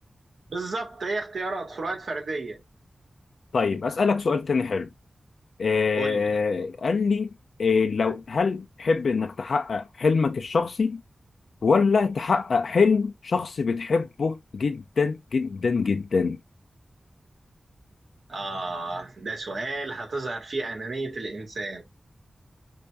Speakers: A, on the right (about 75°); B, on the left (about 80°).
A: بالظبط هي اختيارات فروقات فردية
B: طيب اسالك سؤال تاني حلو آه
A: قول لي
B: قال لي آه لو هل تحب انك تحقق حلمك الشخصي ولا تحقق حلم شخص بتحبه جدا جدا جدا
A: آه ده سؤال هتظهر فيه أنانية الإنسان